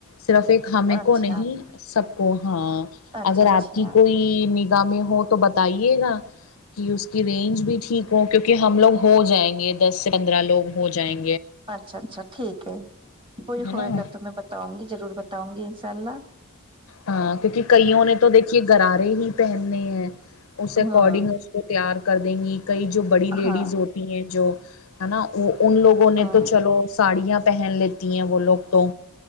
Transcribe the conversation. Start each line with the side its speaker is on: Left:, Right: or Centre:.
Left: صرف ایک ہمیں
Right: اچھا
Left: کو نہیں سب ا <inaudible> ہاں
Right: اچھا
Left: اگر
Right: اچھا
Left: آپ کی کوئی گ میں ہو تو بتائیے گا کہ اس کی رینج بھی ٹھیک ہو کیونکہ ہم لوگ ہو جائیں گے دس سے پندرہ لوگ ہو جائیں گے
Right: اچھا اچھا ٹھیک ہے کوئی
Left: ہے
Right: ہوئے
Left: نا
Right: گا تو میں بتاؤں گی ضرور ب تو گی شاء اللہ
Left: ہاں کیونکہ کئیوں نے تو دیکھ کہ گرارے ہی پہننے ہیں اس اکارڈنگ
Right: ہوں
Left: اس کو تیار کر دیں گی کئی جو بڑی لیڈیز
Right: ہاں
Left: ہوتی ہیں جو ہے نا ان لوگوں نے
Right: ہاں
Left: تو چلو ساڑیاں پہن لیتی ہیں وہ لوگ تو